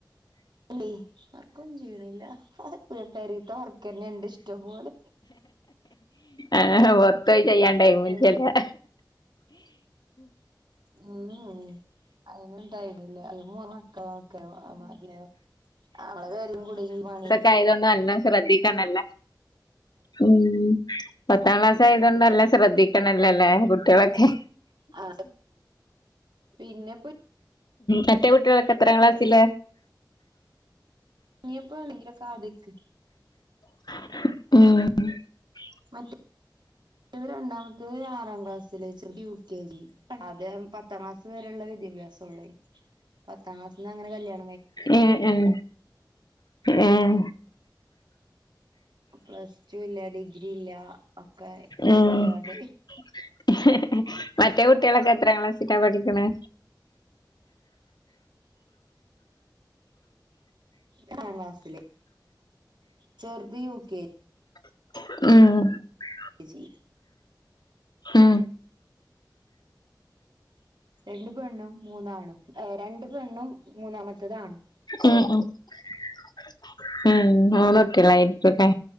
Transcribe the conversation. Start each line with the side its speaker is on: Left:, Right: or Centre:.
Right: ഇല്ലേ വർക്കൊന്നും ചെയ്യണില്ല പെരീത്തെ വർക്കന്നെ ഇണ്ട് ഇഷ്ടം പോലെ
Left: ആഹ് അ പൊറത്തോയി ചെയ്യാൻ ടൈമില്ലല്ലേ
Right: അതെല്ലേ ഉം ഉം അയിനൊന്നും ടൈമില്ല ഇ മൂന്ന് മക്കള നോക്കല <unintelligible> <unintelligible> കുടിം പണിം
Left: കായതുകൊണ്ട എല്ലാം ശ്രദ്ധിക്കണല്ലേ ഉം പത്താം ക്ലാസ് ആയതൊണ്ടല്ല
Right: അതൊക്കെ തന്നെ
Left: ശ്രദ്ധിക്കണല്ലല്ലേ കുട്ടികളൊക്കെ
Right: ആ പിന്നെപ്പോ
Left: മറ്റേ കുട്ടികളൊക്കെ എത്ര ക്ലാസ് ല
Right: ഇപ്പ എക്ക്റ കാതക്ക്
Left: മ്
Right: മറ്റ ഇത് രണ്ടാമത്തെ ആറാം ക്ലാസ്സിൽ ചെറിയ യൂ കെ ജി അതെ പത്താം ക്ലാസ് വരെയുള്ള വിദ്യാഭ്യാസള്ളു പത്താം ക്ലാസ് അങ്ങനെ കല്യാ
Left: ഉം ഉം ഉം
Right: പ്ലസ് ടു ഇല്ല ഡിഗ്രി ഇല്ല ഒക്കെ നോക്കിട്ടാണ്ട്
Left: ഉം <unintelligible> മറ്റേ കുട്ടികളൊക്കെ എത്ര ക്ലാസ്സില പഠിക്ക ക്ക്ണ്
Right: യെട്ടാം ക്ലാസിൽ ചെറുത് യു കെ
Left: ഉം
Right: ജി
Left: ഉം
Right: രണ്ട് പെണ്ണും മൂന്നാന്നും ഏ രണ്ട് പെണ്ണും മൂന്നാമത്തേതാണ്
Left: ഉം ഉം
Right: പിന്നെ
Left: മൂന്ന് കുട്ടിയാൽ അയിരികുലെ